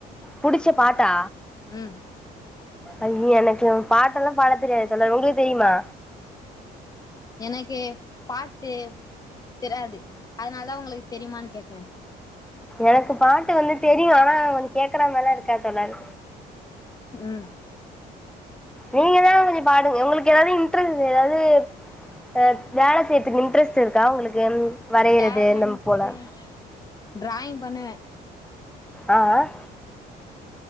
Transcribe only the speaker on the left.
ம்
எனக்கு பாட்டு தெராத்து அதனாலதா உங்களுக்கு தெரியுமான்னு கேட்டேன்
உம்
டேலண்ட்டு
டிராயிங் பண்ணுவ